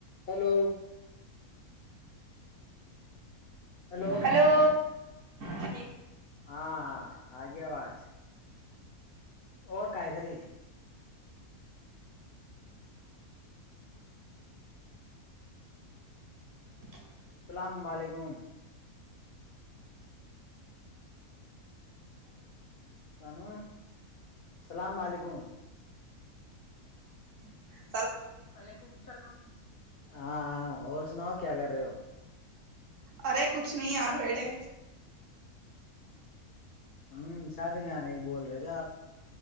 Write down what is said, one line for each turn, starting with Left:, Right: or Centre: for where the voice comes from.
Left: Hello hello
Right: hello ج
Left: ہاں آ گیا وات اور کاائے گی جی
Right: <unintelligible>
Left: السلام علیکم ان السلام علیکم
Right: ج
Left: وعلیکم اللام ہاں ہاں اور سناؤ کیا کر رہے ہو
Right: ارے کچھ نہیں یار وڑے
Left: ہوں شادی میں آنے کی بول رہے تھے آپ